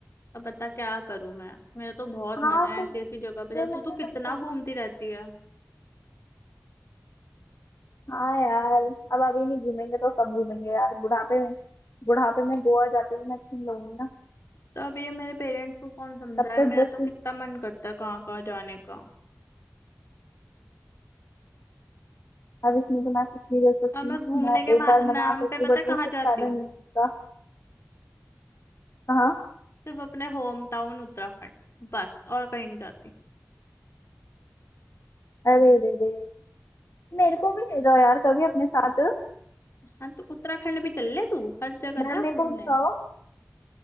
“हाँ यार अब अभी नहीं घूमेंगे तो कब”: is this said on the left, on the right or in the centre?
Left